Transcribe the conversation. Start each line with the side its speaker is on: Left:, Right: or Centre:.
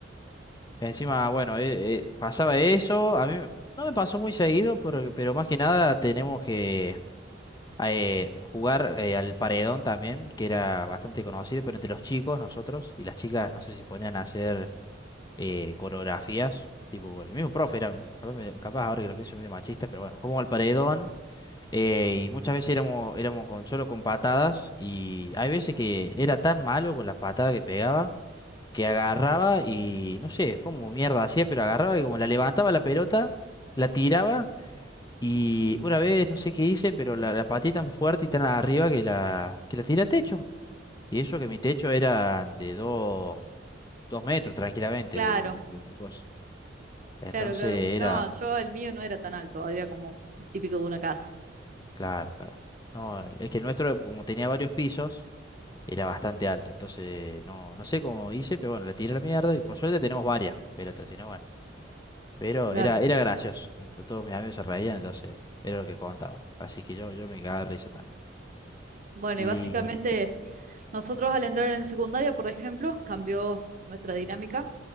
Left: Encima, bueno, eh, eh, pasaba eso, a mí no me pasó muy seguido, pero, pero más que nada tenemos que eh, jugar eh, al paredón también, que era bastante conocido, pero entre los chicos, nosotros, y las chicas, no sé si ponían a hacer eh, coreografías, tipo, por el mismo profe era, capaz, me- capaz ahora que lo pienso medio machista, pero bueno, jugamos al paredón, eh, y muchas veces éramos, éramos con, solo con patadas, y hay veces que era tan malo con las patadas que pegaba que agarraba y no sé cómo mierda hacía, pero agarraba y como la levantaba la pelota, la tiraba y una vez no sé qué hice, pero la, la pateé tan fuerte y tan arriba que la, que la tiré al techo. Y eso que mi techo era de dos, dos metros tranquilamente
Right: Claro,
Left: de, de- de- de cosas. Entonces
Right: claro, claro.
Left: era,
Right: No, yo el mío no era tan alto, era como típico de una casa.
Left: claro, claro. No, el- es que el nuestro, como tenía varios pisos, era bastante alto. Entonces, no, no sé cómo hice, pero bueno, la tiré a la mierda y por suerte tenemos varias pelotas, si no, bueno. Pero
Right: Claro.
Left: era, era gracioso. to- Todos mis amigos se reían, entonces era lo que contaba. Así que yo, yo me cagaba de risa también.
Right: Bueno,
Left: Y.
Right: y básicamente Nosotros al entrar en secundaria, por ejemplo, cambió nuestra dinámica.